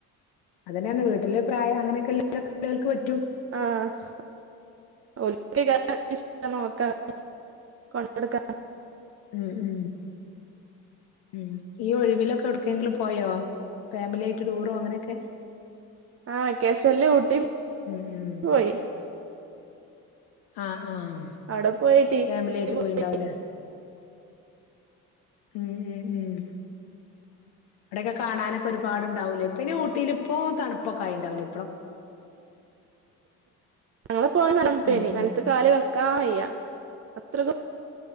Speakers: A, on the left (about 60°); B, on the right (about 30°).
A: അതെന്നെയാണ് വീട്ടില് പ്രായം അങ്ങനൊക്കെ <unintelligible>
B: ആഹ് <unintelligible> നോക്കാ കൊണ്ടട്ക്കാ
A: ഉ ഉ ഉ ഈ ഒഴിവിലൊക്കെ ഒട്ക്കേങ്കിലും പോയോ ഫാമിലി ആയിട്ട് ടൂറോ അങ്ങനെക്കെ
B: ആഹ് വെക്കേശൻല് ഊട്ടീ
A: ഉം ഉം
B: പോയി
A: ആഹ് ആഹ്
B: അവിടെ പോയിട്ടി
A: ഫാമിലി
B: <unintelligible>
A: ആയിട്ട് പോയിണ്ടാവൂലേ ഉം ഉ ഉം അവിടെക്കെ കാണാനൊക്കൊരുപാടുണ്ടാവൂലേ പിന്നെ ഊട്ടീല് ഇപ്പോ തണുപ്പൊക്കെ ആയിണ്ടാവ്ലേ
B: ഞങ്ങള്പോയ നല്ല തൺപ്പേനി
A: ഉം ഉം
B: നെൽത്ത്
A: ഉം
B: കാല് വെക്കാ വയ്യ അത്രക്കു